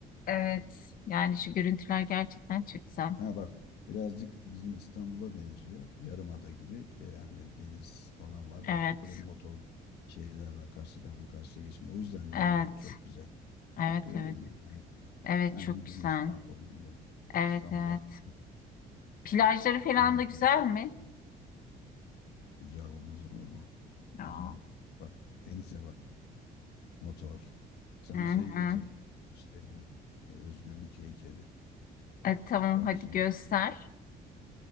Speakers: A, on the left (about 55°); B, on the left (about 75°).
A: evet yani şu görüntüler gerçekten çok güzel.
B: Ha bak birazcık bizim İstanbul'a benziyor. Yarımada gibi de yani deniz falan var.
A: Evet.
B: Bak böyle motorlu şeyler var. Karşıdan karşıya geçme. O yüzden Nehir
A: Evet.
B: yok çok güzel.
A: Evet
B: Bak gördün
A: evet.
B: mü? Ay-
A: Evet
B: Aynı
A: çok güzel.
B: bizim İstanbul gibi.
A: Evet
B: İstanbul
A: evet.
B: bak
A: Plajları falan
B: harika.
A: da güzel mi?
B: Güzel olmaz olur mu?
A: Aa,
B: Güzel. Bak denize bak. Motor. Sana
A: Hı
B: şey
A: hı.
B: getireyim. Göstereyim. Ee, özgürlük heykeli.
A: E, tamam
B: Bak
A: hadi
B: şimdi.
A: göster.